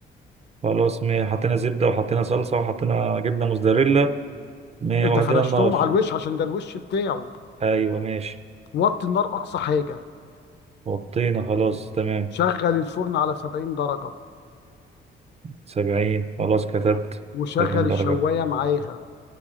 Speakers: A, on the right; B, on the left.
A: خلاص ماشي حطينا زبدة وحطينا صلصة وحطينا جبنة موزاريلا ما-
B: انت
A: وهدينا
B: فرشتهم
A: النار
B: على الوش عشان ده الوش بتاعه
A: أيوة ماشي
B: وطي النار اقصى حاجه
A: وطينا خلاص تمام
B: شغل الفرن على 70 درجه
A: سبعين خلاص كتبت
B: وشغل
A: سبعين
B: الشوايه
A: درجة
B: معاها